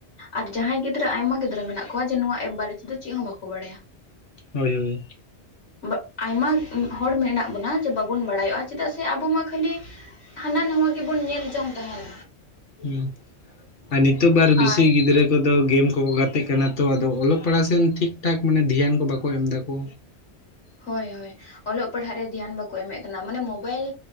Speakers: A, on the left (about 70°); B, on the left (about 50°).
A: ᱟᱨ ᱡᱟᱸᱦᱟᱭ ᱜᱤᱫᱽᱨᱟᱹ ᱟᱭᱢᱟ ᱜᱤᱫᱽᱨᱟᱹ ᱢᱮᱱᱟᱜ ᱠᱚᱣᱟ ᱡᱮ ᱱᱚᱣᱟ ᱮᱯ ᱵᱟᱨᱮ ᱛᱮᱫᱚ ᱪᱮᱫ ᱦᱚᱸ ᱵᱟᱠᱚ ᱵᱟᱲᱟᱭᱟ᱾
B: ᱦᱳᱭ ᱦᱳᱭ᱾
A: ᱵᱟᱜ ᱟᱭᱢᱟ ᱦᱚᱲ ᱢᱮᱱᱟᱜ ᱵᱚᱱᱟ ᱡᱮ ᱵᱟᱵᱚᱱ ᱵᱟᱲᱟᱭᱚᱜ-ᱟ ᱪᱮᱫᱟᱜ ᱥᱮ ᱟᱵᱚ ᱢᱟ ᱠᱷᱟᱹᱞᱤᱼᱼ ᱦᱟᱱᱟ ᱱᱟᱶᱟ ᱜᱮᱵᱚᱱ ᱧᱮᱞ ᱡᱚᱝ ᱛᱟᱦᱮᱱ᱾
B: ᱦᱩ ᱟᱨ ᱱᱤᱛᱚᱜ ᱵᱟᱨ
A: ᱟᱨ
B: ᱵᱮᱥᱤ ᱜᱤᱫᱽᱨᱟᱹᱼᱼ ᱠᱚᱫᱚ ᱜᱮᱢ ᱠᱚᱠᱚ ᱜᱟᱛᱮᱜ ᱠᱟᱱᱟ ᱛᱚ ᱟᱫᱚ ᱚᱞᱚᱜ ᱯᱟᱲᱦᱟᱣ ᱥᱮᱱ ᱴᱷᱤᱠ ᱴᱷᱟᱠ ᱢᱟᱱᱮ ᱫᱷᱮᱭᱟᱱ ᱠᱚ ᱵᱟᱠᱚ ᱮᱢ ᱫᱟᱠᱚ᱾
A: ᱦᱚᱭ ᱦᱚᱭ ᱚᱞᱚᱜ ᱯᱟᱲᱦᱟᱜ ᱨᱮ ᱫᱷᱮᱭᱟᱱ ᱵᱟᱠᱚ ᱮᱢᱮᱜ ᱠᱟᱱᱟ ᱢᱟᱱᱮ ᱢᱳᱵᱟᱭᱤᱞᱼᱼ